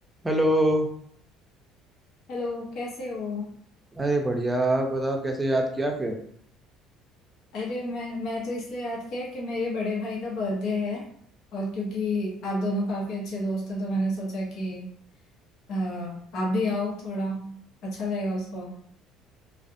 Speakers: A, on the right; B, on the left.
A: Hello
B: Hello कैसे हो
A: अरे बढ़िया बताओ कैसे याद किया फिर
B: अरे मैं मैं तो इसलिए याद किया कि मेरे बड़े भाई का बर्थडे है और क्योंकि आप दोनों काफी अच्छे दोस्त हैं तो मैंने सोचा कि अ, आप भी आओ थोड़ा अच्छा लगेगा उसको